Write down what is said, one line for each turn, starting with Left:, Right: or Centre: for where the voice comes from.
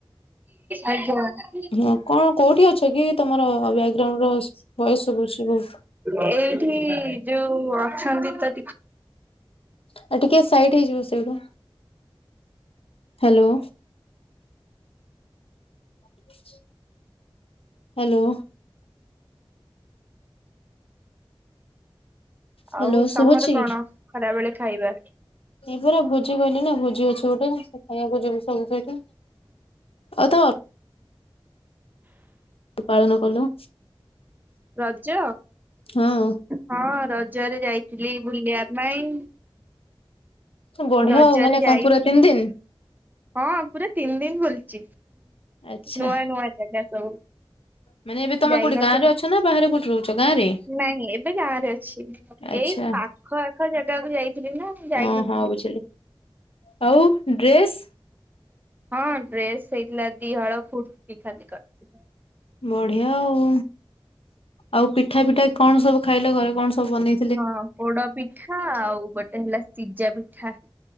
Right: ଆଜ୍ଞା।
Left: ହଁ କଣ କୋଉଠି ଅଛ କି ତମର ବ୍ୟାଗଗ୍ରାଉଣ୍ଡ୍ ର ଭଏସ୍ ସୁଭୁଛି ବହୁତ।
Right: ଏଇଠି ଯୋଉ ଅଛନ୍ତି ତ ଟି
Left: ଆଉ ଟିକେ ସାଇଟ୍ ହେଇଯିବ ସେଇଠୁ ହାଲୋ। <inaudible> ହାଲୋ। ହ୍ୟାଲୋ
Right: ଆଉ
Left: ଶୁଭୁଛି
Right: ତମର କଣ ଖରାବେଳେ ଖାଇବା?
Left: ଏଇ ପରା ଭୋଜି କହିଲି ନାଁ ଭୋଜି ଅଛି ଗୋଟେ ଖାଇବାକୁ ଯିବୁ ସବୁ ସେଇଠି। ଆଉ ତ ପାଳନ କଲ?
Right: ରଜ?
Left: ହଁ
Right: ହଁ ରଜରେ ଯାଇଥିଲି ବୁଲିବା ପାଇଁ।
Left: ବଢିଆ
Right: ରଜରେ
Left: ଆଉ ମାନେ କଣ
Right: ଯାଇଥିଲି।
Left: ପୁରା ତିନି ଦିନ
Right: ହଁ ପୁରା ତିନି ଦିନ ବୁଲିଛି।
Left: ଆଚ୍ଛା
Right: ନୂଆ ନୂଆ ଜାଗା ସବୁ
Left: ମାନେ ଏବେ ତମେ
Right: ଯାଇନାହାନ୍ତି
Left: କୋଉଠି ଗାଁ ରେ
Right: କି?
Left: ଅଛ ନାଁ ବାହାରେ କୋଉଠି ରହୁଛ ଗାଁ ରେ?
Right: ନାଇଁ ଏବେ ଗାଁରେ ଅଛି।
Left: ଆଚ୍ଛା
Right: ଏଇ ପାଖ ଆଖ ଜାଗାକୁ ଯାଇଥିଲି ନା ମୁଁ
Left: ହଁ
Right: ଯାଇନଥିଲି।
Left: ହଁ ବୁଝିଲି ଆଉ ଡ୍ରେସ୍?
Right: ହଁ ଡ୍ରେସ୍ ହେଇଥିଲା ଦି ହଳ କୁର୍ତ୍ତି ଖାଲି କରିଥିଲି।
Left: ବଢିଆ ଆଉ ଆଉ ପିଠା ଫିଠା କଣ ସବୁ ଖାଇଲ ଘରେ କଣ ସବୁ ବନେଇ
Right: ହଁ ପୋଡ ପିଠା ଆଉ ଗୋଟେ ହେଲା ସିଝା ପିଠା।